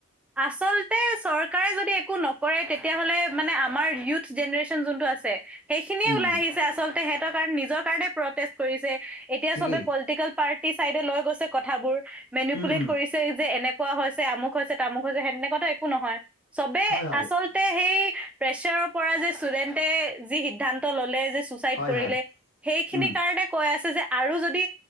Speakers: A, in the centre; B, on the left (about 65°).
A: আচলতে চৰকাৰে যদি, একো নকৰে তেতিয়াহ'লে মানে আমাৰ ইউথ জেনেৰেচন যোনটো আছে সেই
B: উম।
A: আচলতে সেহতে নিজৰ কাৰণে প্ৰচেষ্ট কৰিছে। এতিয়া
B: ঠিকেই
A: ছবে পলটিকেল পাৰ্টি ছাইদে লৈ গৈছে কথাবোৰ মেনুপ্লেত
B: উম উম
A: কৰিছে। হেই যে এনেকুৱা হৈছে, আমুক হৈছে, তামুক হৈছে সেনেকুৱাতো একো নহয়। চবে
B: হয় হয়
A: আচলতে সেই প্ৰেচাৰৰ পৰা যে ষ্টুডেণ্টে যি সিদ্ধান্ত ললে যে, ছুচাইড
B: হয়
A: কৰিলে
B: হয়
A: সেইখিনিক
B: উম
A: এনেকে কৈ আছে আৰু যদি